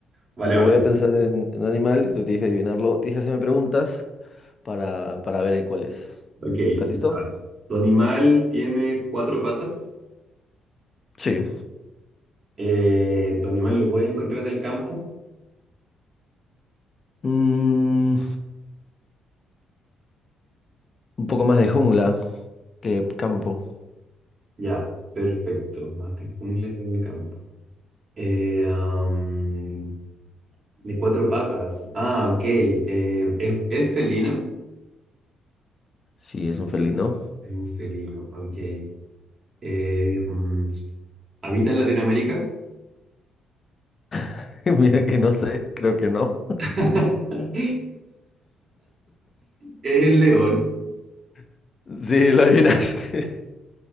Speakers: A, on the right (about 45°); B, on the left (about 35°).
A: Vale,
B: Yo
A: vale.
B: voy a pensar en, en un animal y tú tienes que adivinarlo. Tienes que hacerme preguntas para, para ver cuál es.
A: Ok.
B: ¿Estás listo?
A: vale. ¿Tu animal tiene cuatro patas?
B: Sí.
A: Eh, ¿tu animal lo puedes encontrar en el campo?
B: Mm, un poco más de jungla que campo.
A: Ya, perfecto. Más de jungla que de campo. Eh, am, de cuatro patas. Ah, ok. eh, ¿es, es felino?
B: Sí, es un felino.
A: Es un felino, ok. Eh, mm, ¿habita en Latinoamérica?
B: <laughs> Mira que no sé, creo que no.
A: <laughs> Es el león.
B: <laughs> Sí, lo adivinaste.